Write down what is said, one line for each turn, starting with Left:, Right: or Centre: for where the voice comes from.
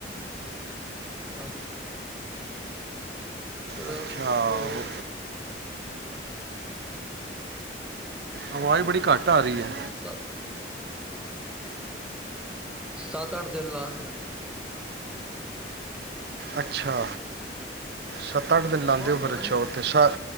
Centre: ਅੱਛ ਫਿਰ
Right: ਅੱਛਾ
Centre: ਉੱਥੋਂ
Right: ਆਵਾਜ਼ ਬੜੀ ਘੱਟ ਆ ਰਹੀ ਹੈ
Centre: ਸਤ ਸੱਤ ਅੱਠ ਦਿਨ ਲਾ ਕੇ ਆਉਂਦੇ ਹਾਂ ਅਸੀਂ
Right: ਅੱਛਾ ਸੱਤ ਅੱਠ ਦਿਨ ਲਉਦੇ
Centre: ਆਵਾਜ਼
Right: ਹੋ ਫਿਰ
Centre: ਪਤਾ
Right: ਅੱਛਾ
Centre: ਨੀ
Right: ਉੱਥੇ ਸਾਰ